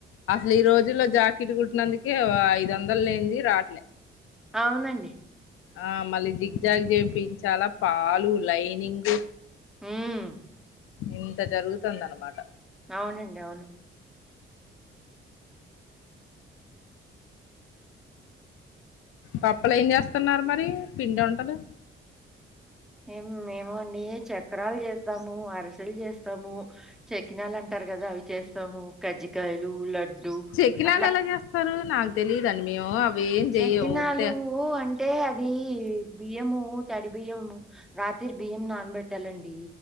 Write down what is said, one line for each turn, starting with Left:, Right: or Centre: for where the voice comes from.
Left: అసాల్ ఈ రోజుల్లో జాకెట్ కుట్టినందుకే ఐదు వందలు లేనింది రాట్లే
Centre: అవునండి
Left: ఆ మళ్ళీ జిగ్ జాగ్ చేపిచాలా పాలు లైనింగ్
Centre: హ్మ్.
Left: ఇంత జరుగుతుంద అనమాట
Centre: అవునండి అవును
Left: కప్పులు ఏం చేస్తున్నారు మరి పిండి ఉండదు
Centre: ఏం మేము అండి చక్రాలు చేస్తాము అరిసెలు జేస్తాము చెకినాలు అంటారు కదా అవి చేస్తాము కజ్జికాయలు లడ్డు
Left: చెక్కినాళ్ళ
Centre: అట్లా
Left: ఎలా చేస్తారు నాకు తెలిదున్ని మేము అవి ఏం చెయ్యము
Centre: చకినాలు
Left: వతే
Centre: అంటే అది బియ్యము తడి బియ్యము రాత్రి బియ్యం నానబెట్టాలండి